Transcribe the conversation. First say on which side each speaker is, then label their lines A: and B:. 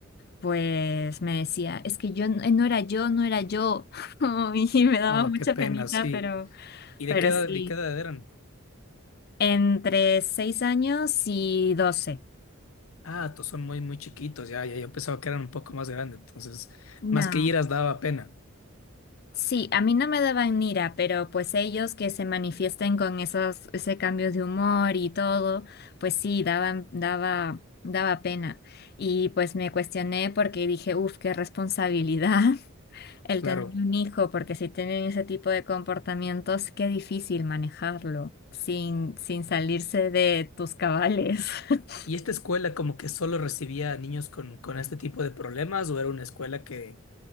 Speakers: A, on the left (about 50°); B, on the left (about 80°).
A: pues me decía, es que yo no no era yo, no era yo. <laughs> Y me daba
B: no
A: mucha
B: qué pena,
A: penita,
B: sí.
A: pero,
B: ¿Y
A: pero
B: de qué edad,
A: sí,
B: de qué edad eran?
A: entre seis años y doce
B: Ah, todos son muy, muy chiquitos, ya, ya, yo pensaba que eran un poco más grandes, entonces,
A: No,
B: más que iras daba pena,
A: sí, a mí no me daban ira, pero pues ellos que se manifiesten con esos, ese cambio de humor y todo, pues sí, daban, daba, daba pena. Y pues me cuestioné porque dije, uff, qué responsabilidad. El
B: claro.
A: tener un hijo, porque si tienen ese tipo de comportamientos, qué difícil manejarlo sin, sin salirse de tus cabales. <laughs>
B: ¿Y esta escuela como que solo recibía a niños con, con este tipo de problemas o era una escuela que